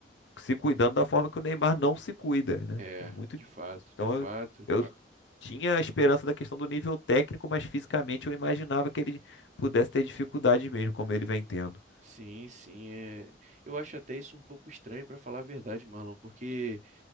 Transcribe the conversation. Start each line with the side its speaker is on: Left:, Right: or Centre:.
Left: se cuidando da forma que o Neymar não se cuida, né?
Right: É,
Left: É muito.
Right: de fato,
Left: Então
Right: de fato.
Left: eu, eu tinha a esperança da questão do nível técnico, mas fisicamente eu imaginava que ele pudesse ter dificuldades mesmo, como ele vem tendo.
Right: Sim, sim. é. Eu acho até isso um pouco estranho, para falar a verdade, Marlon, porque